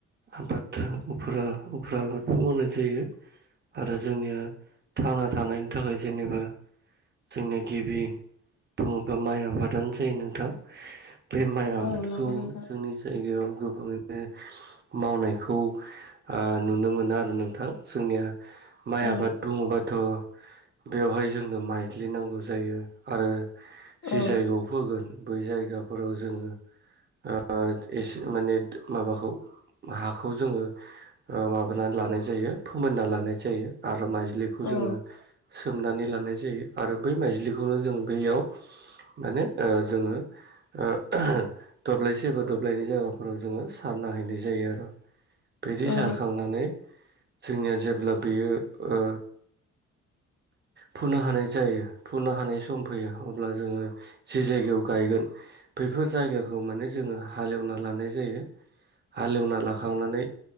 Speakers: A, on the right; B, on the left.
A: आबाद उफ्रा-उफ्रा आबादबो मावनाय जायो। आरो जोंनिया थांना थानायनि थाखाय जेनेबा जोंनिया गिबि बुङोबा माइ आबादानो जायो नोंथां बे माइ आबादखौ
B: औ नंगौ नोंथां
A: जोंनि जायगायाव गोबाङै नो मावनायखौ ए नुनो मोनो आरो नोंथां जोंनिया। माइ
B: औ
A: आबाद बुंङोबाथ' बेवहाय जोंनो माइज्लि नांगौ जायो आरो जि
B: औ
A: जायगायाव फोगोन बै जायगाफोराव जोङो ओ एसे माने माबाखौ। हाखौ जोङो माबानानै लानाय जायो फोमोनना लानाय जायो आरो। आरो माइज्लिखौ
B: औ
A: जोङो सोमनानै लानाय जायो आरो बै माइज्लिखौनो जों बैयाव माने ओ जोङो ओ दब्लायसे एबा दब्लायनि जायगाफोराव जोङो सारना हैनाय जायो आरो बिदि
B: औ
A: सारखांनानै जोंनिया जेब्ला बेयो ओ फुनो हानाय जायो फुनो हानाय सम फैयो अब्ला जोङो जि जायगायाव गायगोन बे बेफोर जायगाखौ माने जोङो हालेवना लानाय जायो हालेवना लाखांनानै